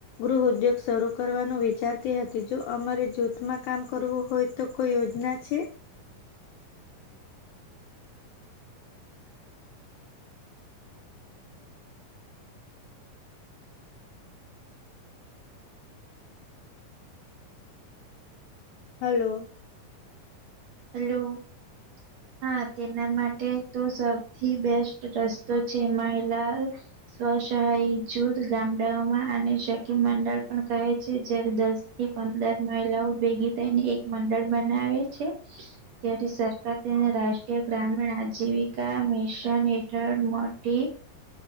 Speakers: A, on the left; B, on the right.
A: ગૃહ ઉદ્યોગ શરૂ કરવાનું વિચારતી હતી જો અમારે જૂથમાં કામ કરવું હોય તો કોઈ યોજના છે? હલો?
B: હલો? હા તેના માટે તો સૌથી બેસ્ટ રસ્તો છે મહિલા સ્વસહાય જૂથ ગામડાઓમાં આને સખી મંડળ પણ કહે છે જ્યારે દસ થી પંદર મહિલાઓ ભેગી થઈને એક મંડળ બનાવે છે ત્યારે સરકાર તેને રાષ્ટ્રીય ગ્રામીણ આજીવિકા મિશન હેઠળ મોટી